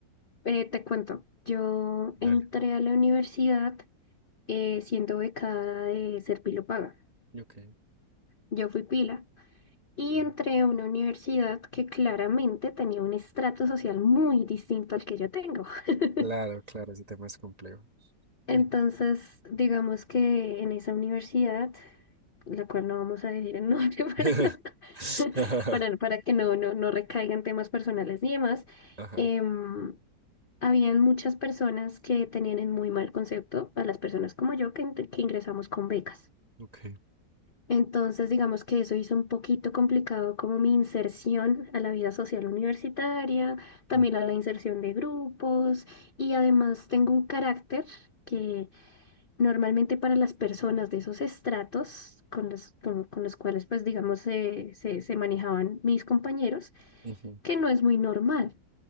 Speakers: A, on the left (about 50°); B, on the right (about 25°).
A: Eh, te cuento, yo
B: Dale.
A: entré a la universidad eh, siendo becada de Serpilo Paga.
B: Ok.
A: Yo fui pila y
B: Ujú.
A: entré a una universidad que claramente tenía un estrato social muy distinto al que yo tengo. <laughs>
B: Claro, claro, ese tema es complejo.
A: Entonces,
B: Ujú.
A: digamos que en esa universidad la cual no vamos a decir el nombre <laughs>
B: <laughs>
A: para, no, para, para que no, no, no recaigan temas personales ni demás,
B: Ajá,
A: em, habían muchas personas que tenían en muy mal concepto a las personas como yo que, int- que ingresamos con becas.
B: ok.
A: Entonces, digamos que eso hizo un poquito complicado como mi inserción a la vida social universitaria, también
B: Ujú.
A: a la inserción de grupos y además tengo un carácter que Normalmente para las personas de esos estratos con los, con, con los cuales, pues digamos, se, se, se manejaban mis compañeros,
B: Ujú.
A: que no es muy normal,